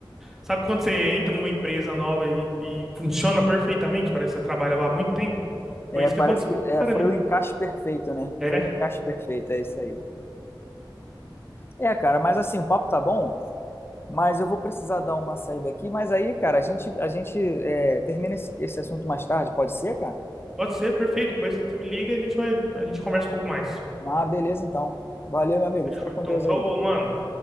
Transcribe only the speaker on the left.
É,
parece
que
é,
foi
o encaixe perfeito, né?
Foi o encaixe perfeito, é isso aí. É, cara, mas assim, o papo tá bom, mas eu vou precisar dar uma saída aqui. Mas aí, cara, a gente, a gente é, termina esse esse assunto mais tarde, pode ser, cara?
Ah, beleza, então. Valeu, meu amigo.
Fica com
Deus
aí.